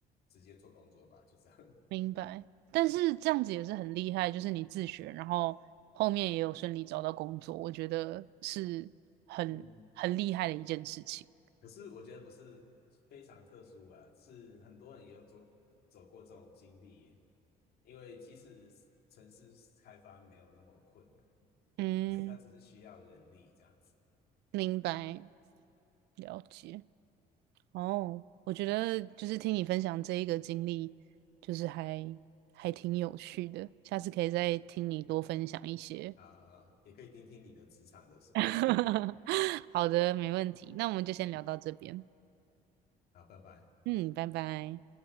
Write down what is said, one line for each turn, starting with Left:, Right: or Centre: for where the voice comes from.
Left: 直接做工作吧，就这样。
Right: 明白，但是这样子也是很厉害，就是你自学，然后后面也有顺利找到工作，我觉得是很很厉害的一件事情。
Left: 嗯，可是我觉得不是非常特殊啊，是很多人也有做走过这种经历，因为其实城市开发没有那么困难，
Right: 嗯，
Left: 可是它只是需要人力这样子
Right: 明白，了解。哦，我觉得就是听你分享这一个经历，就是还还挺有趣的，下次可以再听你多分享一些。
Left: 啊，也可以听听你的职场的经历。
Right: <laughs> 好的，没问题。那我们就先聊到这边。
Left: 好，拜拜。
Right: 嗯，拜拜。